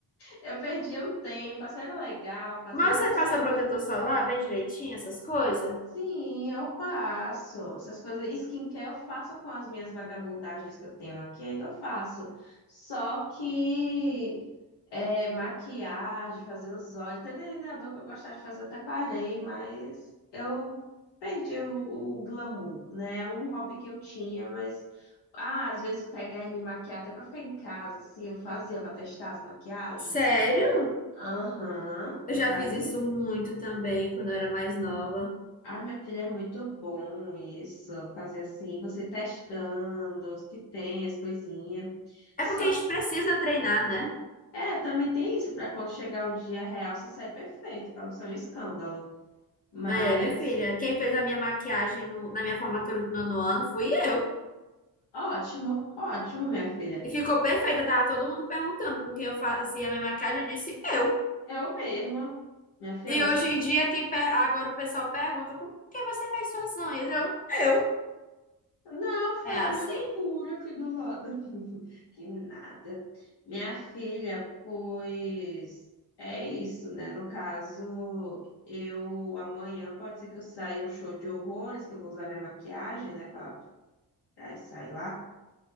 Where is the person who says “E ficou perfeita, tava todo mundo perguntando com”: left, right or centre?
Left